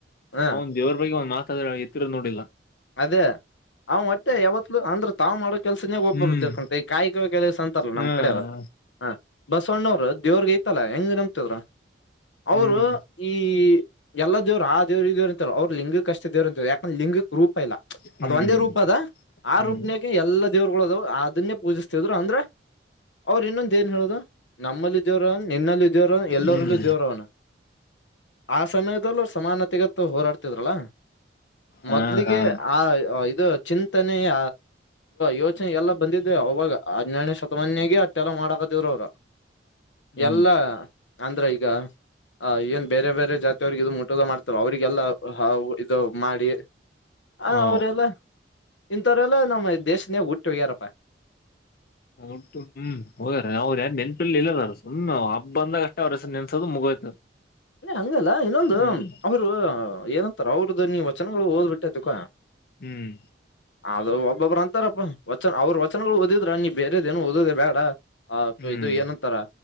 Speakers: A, on the left; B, on the left.
A: ಹ
B: ಅವನ್ ದೇವರ ಬಗ್ಗೆ ಒಂದ್ ಮಾತ್. ಅದನ್ನು ಎತ್ತಿರೋದ್ ನೋಡಿಲ್ಲ.
A: ಅದೇ ಅವ ಮತ್ತೆ ಯಾವತ್ಲುೂ ಅಂದ್ರೆ ತಾವ್ ಮಾಡೋ ಕೆಲ್ಸನೇ ಒಬ್ಬರು
B: ಹ್ಮ್
A: ದುಡ್ಕೊಂಡ್ರೆ ಈ ಕಾಯಕ ಕೆಲಸ ಅಂತಲ್ಲ ನಮ್
B: ಹ್ಮ್
A: ಕಡೆ ಹ. ಬಸವಣ್ಣವ್ರರು ದೇವ್ರಿಗೆ ಐತಲ್ಲಾ ಹೆಂಗ್ ನಂಬ್ತಿದ್ರು. ಅವರು
B: ಹ್ಮ್
A: ಈ. ಎಲ್ಲ ದೇವ್ರು ಆ ದೇವ್ರು ಈ ದೇವ್ರು. ಅವ್ರು ಲಿಂಗಕಷ್ಟೇ ದೇವ್ರು ಯಾಕಂದ್ರೇ ಲಿಂಗಕ್ ರೂಪ್. ಇಲ್ಲ ಇಲ್ಲ
B: ಹ್ಮ್
A: ಅದು ಒಂದೇ ರೂಪ ಅದ ಆ
B: ಹ್ಮ್
A: ರೂಪನಾಗೆ ಎಲ್ಲಾ ದೇವ್ರಗಳದು ಅದನ್ನೇ ಪೂಜಿಸ್ತಿದ್ರು ಅಂದ್ರೇ ಅವ್ರು ಇನ್ನೊಂದು ಏನ್ ಹೇಳದು ನಮ್ಮಲ್ಲಿ ದೇವರವನೆ ನಿನ್ನಲ್ಲಿ ದೇವರವನೆ ಎಲ್ಲರಲ್ಲೂ
B: ಹ್ಮ್
A: ದೇವರವನೆ. ಹ. ಸಮಯದಲ್ಲೂ ಸಮಾನತೆಗತ್ತು ಹೋರಾಡ್ತಿದ್ರಲ್ಲ
B: ಹಾ
A: ಮೊದ. ಹಾಗೆ
B: ಹಾ
A: ಆ ಇದು ಚಿಂತನೆಯ ಯೋಚನೆ ಎಲ್ಲ ಬಂದಿದ್ದೇ ಅವಾಗ ಹನ್ನೆರಡನೇ ಶತಮಾನಗೆ ಅಟ್ಟೇಲ್ಲ ಮಾಡಕತಿದ್ರು. ಹೋದ.
B: ಹ್ಮ್
A: ಎಲ್ಲ. ಅಂದ್ರ ಈಗ ಆ ಏನ್. ಬೇರೆ ಬೇರೆ ಜಾತಿಯವ್ರರಿಗೆ ಇದು ಮುಟುದ ಮಾಡ್ತಾರೆ ಅವರಿಗೆಲ್ಲ. ಹಾ ಇದು ಮಾಡಿ. ಹಾ
B: ಹ
A: ಅವರೆಲ್ಲ. ಇಥರೆಲ್ಲಾ ನಮ್ಮ್ ದೇಶನಗೆ ಹುಟ್ಟೋಗ್ಯಾರಪ್ಪ.
B: ಹುಟ್ಟು ಹ್ಮ್ ಹೋಗ್ಯಾರ ಅವ್ರರು ಯಾರು ನೆನ್ಪಿಲ್ಲಿ <unintelligible> <unintelligible> ಬಂದಾಗ ಅಷ್ಟೇ ಅವ್ರು ಹೆಸರು ನೆನಸ್ಕೊತಾರೆ <unintelligible> ಮುಗೋಯ್ತು.
A: ಅದೇನ್ ಹಂಗಲ್ಲ ಇನ್ನೊಂದು
B: ಹ್ಮ್
A: ಅವರು. ಏನಂತಾರ ಅವ್ರುದು ನೀ ವಚನಗಳು ಓದ್ಬಟ್ಟೇ ತಿಳ್ಕೊ.
B: ಹ್ಮ್.
A: ಅದು. ಒಬೊಬ್ಬರು ಅಂತಾರಪ್ಪ. ಅವ್ರ ವಚನಗೋಳ ಓದಿದ್ರ ನೀ ಬೇರೆದ ಏನು ಓದದೆ ಬ್ಯಾಡಾ.
B: ಹ್ಮ್
A: ಇದು ಏನಂತಾರ